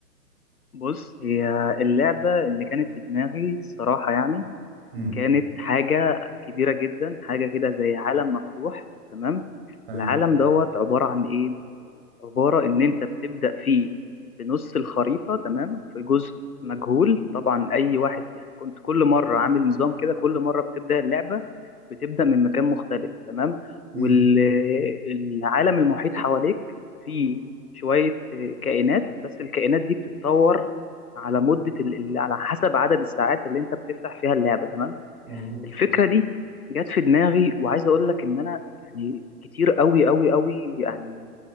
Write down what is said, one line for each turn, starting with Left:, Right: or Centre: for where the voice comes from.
Left: بص هي اللعبة اللي كانت في دماغي الصراحة يعني
Right: امم
Left: كانت حاجة كبيرة جدا حاجة كده زي عالم مفتوح تمام
Right: تمام
Left: العالم دوت عبارة عن إيه؟ عبارة إن أنت بتبدأ فيه في نص الخريطة تمام في جزء مجهول طبعا أي واحد يعني كنت كل مرة عامل نظام كده كل مرة بتبدأ اللعبة بتبدأ من مكان مختلف تمام
Right: امم
Left: والعالم المحيط حواليك فيه شوية كائنات بس الكائنات دي بتتطور على مدة ال- ال- على حسب عدد الساعات اللي أنت بتفتح فيها اللعبة تمام
Right: مظبوط
Left: الفكره دي جت في دماغي وعايز اقول لك ان انا يعني كتير قوي قوي قوي يعني